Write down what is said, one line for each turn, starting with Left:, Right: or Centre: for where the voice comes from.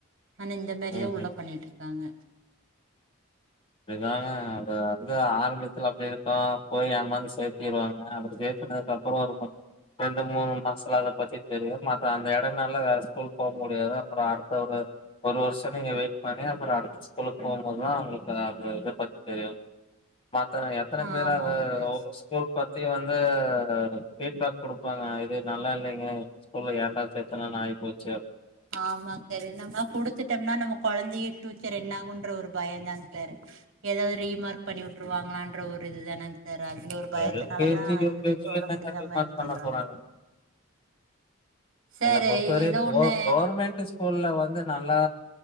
Right: ஆனா இந்த மாரிதா
Left: ம்
Right: உள்ள
Left: ம்
Right: பண்ணிட்ருக்காங்க
Left: அப்டிதாங்க அ வந்து ஆரம்பத்துல அப்டி இருக்கு போய் ஏமாந்து சேத்திடுவாங்க அப்பறோ சேத்தனதுக்கப்பறோ அப்புற ஒரு ரெண்டு மூணு மாசத்துல அத பத்தி தெரியு மற்ற அந்த எட நாள்ல வேற ஸூகூல் போ முடியாது அப்றோ அடுத்த ஒரு ஒரு வருஷ நீங்க வெயிட் பண்ணி அப்ரோ அடுத்த ஸ்கூலுக்கு போ போதா அவுங்களுக்கு அது இத பத்தி தெரியு மத்த எத்தன
Right: ஆ
Left: பேரு
Right: ஆமாங்க
Left: அ
Right: சார்
Left: ஸ்கூல் பத்தி வந்து ஃபீட்பேக் குடுப்பாங்க இது நல்லா இல்லைங்க ஸ்கூல்ல ஏன்டா சேத்தனோனு ஆயி போச்
Right: ஆமாங் சார் நம்ம குடுத்துட்டம்னா நம்ம கொழந்தைய ஃபியூச்சர் என்னாகுன்ற ஒரு பய தாங் சார் ஏதாவது ரீமார்க் பண்ணி உட்ருவாங்களா ன்ற ஒரு இது தானங் சார் அந்த ஒரு பயத்துனாலதா
Left: எல்கேஜி, யுகேஜில
Right: எதுமே சொல்ல
Left: என்னங்க
Right: முடியாம
Left: ரீமார்க்
Right: இது
Left: பண்ண
Right: பண்றாங்க
Left: போறாங்க?
Right: சார்
Left: என்ன பொறுத்தவரையு
Right: ஏதோ
Left: கொ
Right: ஒண்ணு
Left: கவர்மெண்ட் ஸ்கூல்ல வந்து நல்லா